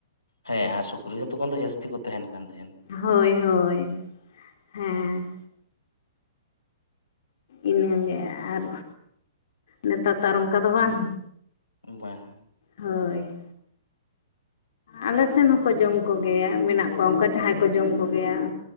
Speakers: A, on the left (about 90°); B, on the left (about 60°).
A: ᱦᱮᱸ ᱟᱨ ᱥᱩᱠᱨᱤ ᱦᱚᱸ ᱛᱚᱠᱷᱚᱱ ᱫᱚ ᱡᱟᱹᱥᱛᱤ ᱠᱚ ᱛᱟᱦᱮᱱ ᱠᱟᱱ ᱛᱟᱦᱮᱸᱱ
B: ᱦᱳᱭ ᱦᱳᱭ ᱦᱮᱸ ᱤᱱᱟᱹᱜᱮ ᱟᱨ ᱱᱮᱛᱟᱨ ᱛᱚ ᱟᱨ ᱚᱱᱠᱟ ᱫᱚ ᱵᱟᱝ
A: ᱵᱟᱻᱦᱟ
B: ᱦᱳᱭ ᱟᱞᱮ ᱥᱮᱱ ᱦᱚᱸᱠᱚ ᱡᱚᱢ ᱠᱚᱜᱮᱭᱟ ᱢᱮᱱᱟᱜ ᱠᱚᱣᱟ ᱚᱱᱠᱟ ᱡᱟᱦᱟᱸᱭ ᱠᱚ ᱡᱚᱢ ᱠᱚᱜᱮᱭᱟ